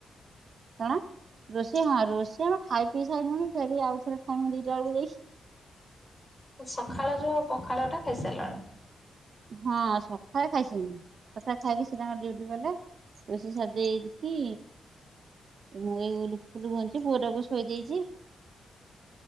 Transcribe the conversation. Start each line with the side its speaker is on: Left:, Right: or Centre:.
Right: କଣ ରୋଷେଇ ହଁ ରୋଷେଇ ଆମ ଖାଇ ପିଇସାଇଲୁଣି ଫେରି ଆଉଥରେ ଖାଇ ମୁଁ ଦିଟା ବେଳକୁ ଯାଇକି
Left: ସକାାଳ ଯୋଉ ପଖାଳ ଟା ଖାଇସାରିଲଣି?
Right: ହଁ ସକାଳେ ଖାଇସାଇଲିନି ସକାଳେ ଖାଇକି ସେ ତାଙ୍କର ଡ୍ୟୁଟି ଗଲେ ରୋଷେଇ ସାରିଦେଇ କି ମୁଁ ଏଇ ଉଲ୍ ଫୁଲ <inaudible> ପୁଅଟାକୁ ଶୋଇ ଦେଇେଇଛି।